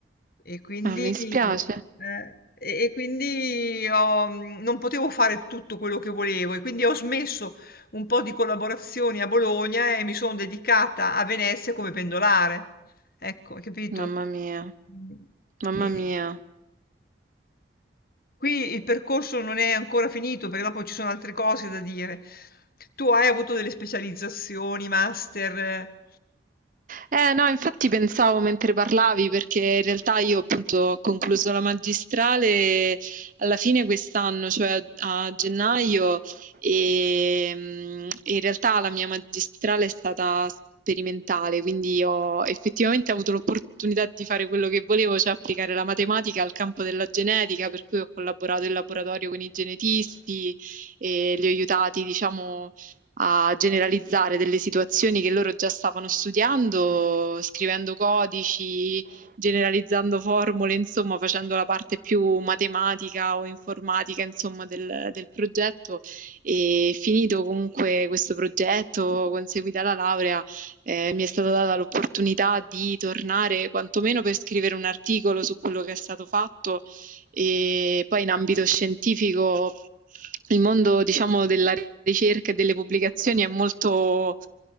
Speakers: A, on the left; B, on the right.
A: e quindi,
B: Ah, mi spiace.
A: eh, e- e quindi ho- non potevo fare tutto quello che volevo e quindi ho smesso un po' di collaborazioni a Bologna e mi sono dedicata a Venezia come pendolare. Ecco, hai capito?
B: Mamma mia,
A: Mm,
B: mamma
A: E...
B: mia.
A: Qui il percorso non è ancora finito, perché dopo ci sono altre cose da dire. Tu hai avuto delle specializzazioni, master? eh?
B: Eh no, infatti pensavo mentre parlavi, perché in realtà io appunto ho concluso la magistrale alla fine quest'anno, cioè a gennaio, e mm, in realtà la mia magistrale è stata sperimentale, quindi ho effettivamente avuto l'opportunità di fare quello che volevo, cioè applicare la matematica al campo della genetica, per cui ho collaborato in laboratorio con i genetisti e li ho aiutati, diciamo a generalizzare delle situazioni che loro già stavano studiando, scrivendo codici, generalizzando formule, insomma, facendo la parte più matematica o informatica, insomma, del, del progetto. E finito comunque questo progetto, conseguita la laurea, eh, mi è stata data l'opportunità di tornare quantomeno per scrivere un articolo su quello che è stato fatto e poi in ambito scientifico il mondo, diciamo, della ricerca e delle pubblicazioni è molto